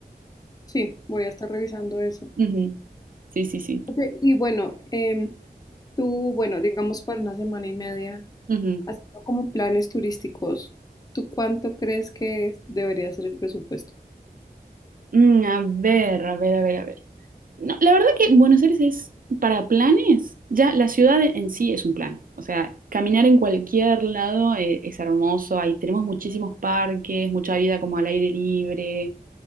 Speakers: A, on the left (about 20°); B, on the right (about 55°).
A: Sí, voy a estar revisando eso.
B: Ujú. Sí, sí, sí.
A: Ok, Y bueno, em, tú, bueno, digamos para una semana y media,
B: Ujú.
A: haciendo como planes turísticos, ¿tú cuánto crees que debería ser el presupuesto?
B: Mm, a ver, a ver, a ver, a ver. No, la verdad que Buenos Aires es para planes, ya la ciudad en sí es un plan. O sea, caminar en cualquier lado eh, es hermoso. Ahí tenemos muchísimos parques, mucha vida como al aire libre.